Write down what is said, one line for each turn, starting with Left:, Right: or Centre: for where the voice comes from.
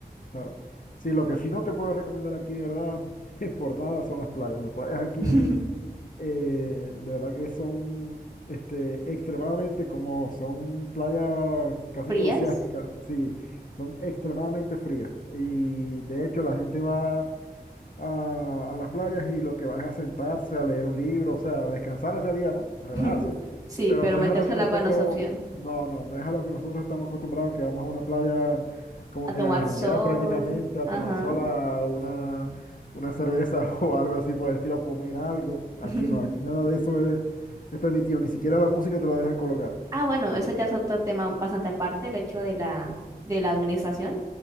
Left: Claro. Sí, lo que sí no te puedo recomendar aquí de verdad, <laughs> por nada, son las playas. Las playas aquí
Right: <laughs>
Left: eh, de verdad que son este, extremadamente, como son playas casi
Right: ¿Frías?
Left: que oceánicas, sí, son extremadamente frías. Y de hecho la gente va a, a las playas y lo que va es a sentarse, a leer un libro, o sea, a descansar en realidad, ¿no? A relajarse.
Right: <laughs> Sí,
Left: Pero
Right: pero
Left: no
Right: meterse
Left: es a lo que
Right: al
Left: nosotros,
Right: agua no es opción.
Left: no, no, no es a lo que nosotros estamos acostumbrados, que vamos a una playa como
Right: A
Left: que
Right: tomar
Left: a rumbear
Right: sol.
Left: prácticamente, a
Right: Ajá.
Left: tomar sola una, una cerveza <laughs> o algo así por el estilo, comer algo. Aquí
Right: <laughs>
Left: no, aquí nada de eso es, es permitido, ni siquiera la música te la deja colocar.
Right: Ah, bueno, eso ya es otro tema bastante aparte, el hecho de la, de la administración.